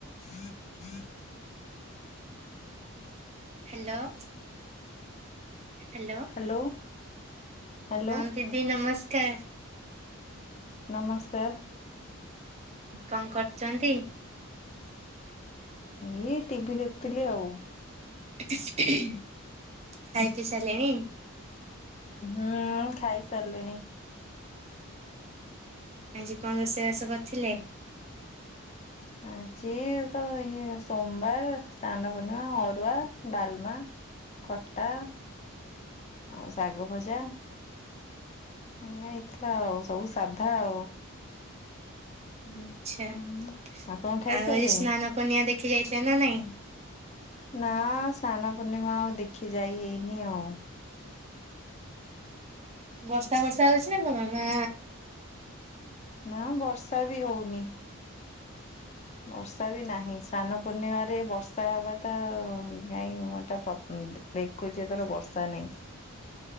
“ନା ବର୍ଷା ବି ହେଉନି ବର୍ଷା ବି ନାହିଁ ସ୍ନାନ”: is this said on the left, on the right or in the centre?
Left